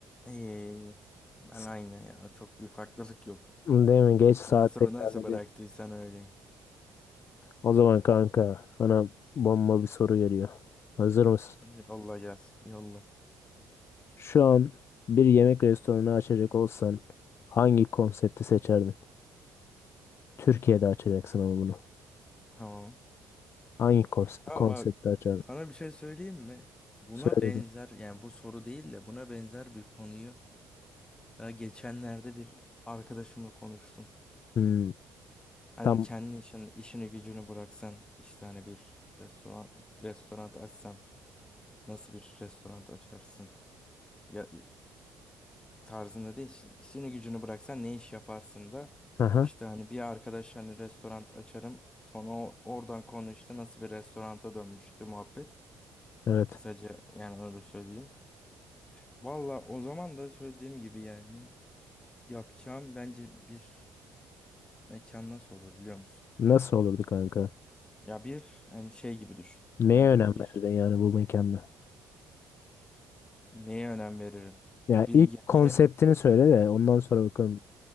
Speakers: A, on the left (about 15°); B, on the left (about 45°).
A: İyi iyi. iyi. Ben
B: S-
A: aynı ya. Çok bir farklılık yok.
B: Değil mi geç saat
A: Nasıl
B: tekrarladı.
A: nasıl bıraktıysan öyleyim.
B: O zaman kanka sana bomba bir soru geliyor. Hazır mısın?
A: Yolla gelsin. Yolla.
B: Şu an bir yemek restoranı açacak olsan hangi konsepti seçerdin? Türkiye'de açacaksın ama bunu.
A: Tamam.
B: Hangi kons-
A: Ya
B: konsepti
A: bak
B: açardın?
A: sana bir şey söyleyeyim mi? Buna
B: Söyle.
A: benzer
B: bir.
A: yani bu soru değil de buna benzer bir konuyu daha geçenlerde bir arkadaşımla konuştum.
B: Hmm,
A: Hani
B: tam.
A: kendi işin, işini gücünü bıraksan işte hani bir restoran restoran açsan nasıl bir restoran açarsın? Ya tarzında değil. şi- İşini gücünü bıraksan ne iş yaparsın da
B: Aha,
A: işte hani bir arkadaş hani restoran açarım sonra o- oradan konu işte nasıl bir restoranta dönmüştü muhabbet.
B: evet.
A: Kısaca yani öyle söyleyeyim. Valla o zaman da söylediğim gibi yani yapacağım bence bir mekan nasıl olur biliyor musun?
B: Nasıl olurdu kanka?
A: Ya bir hani şey gibi düşün.
B: Neye
A: Hani
B: önem
A: böyle bir
B: verirdin yani bu mekanda?
A: neye önem veririm?
B: Ya
A: Bir
B: ilk
A: yemeğe
B: konseptini söyle de ondan sonra bakalım.